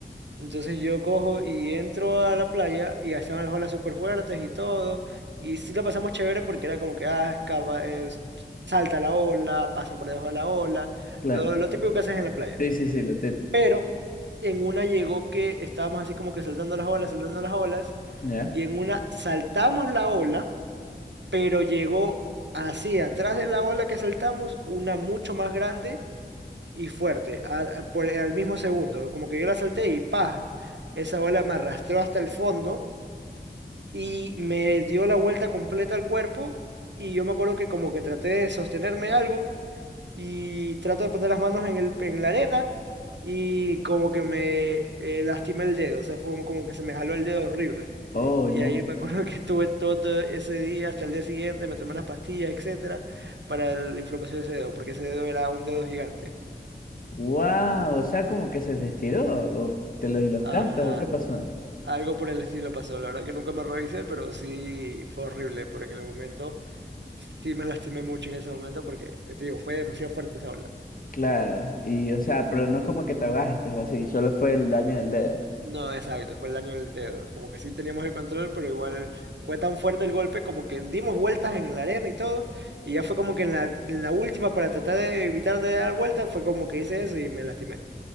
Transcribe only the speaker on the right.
Entonces yo cojo y entro a la playa y ya estaban las olas súper fuertes y todo. Y sí la pasamos chévere porque era como que, ah, escapa, es- salta la ola, pasa por debajo de la ola,
lo, lo típico que haces en la playa.
Pero en una llegó que estábamos así como que saltando las olas, saltando las olas,
y en una saltamos la ola, pero llegó así, atrás de la ola que saltamos, una mucho más grande y fuerte, al, eh, por- eh, al mismo segundo. Como que yo la salté y ¡pah! Esa ola me arrastró hasta el fondo y me dio la vuelta completa al cuerpo. Y yo me acuerdo que como que traté de sostenerme algo y trato de poner las manos en el, en la arena y como que me eh, lastimé el dedo. O sea, fue como que se me jaló el dedo horrible.
Y ahí me acuerdo <laughs> que estuve todo ese día hasta el día siguiente, me tomé unas pastillas, etcétera, para la inflamación de ese dedo, porque ese dedo era un dedo gigante.
Ajá.
Algo por el estilo pasó, la verdad que nunca me revisé, pero sí fue horrible, porque en el momento sí me <laughs> lastimé mucho en ese momento, porque te digo, fue demasiado fuerte esa ola.
No, exacto, fue el daño del dedo, como que sí teníamos el control, pero igual fue tan fuerte el golpe, como que dimos vueltas en la arena y todo, y ya fue como que en la, en la última, para tratar de evitar de dar vueltas, fue como que hice eso y me lastimé.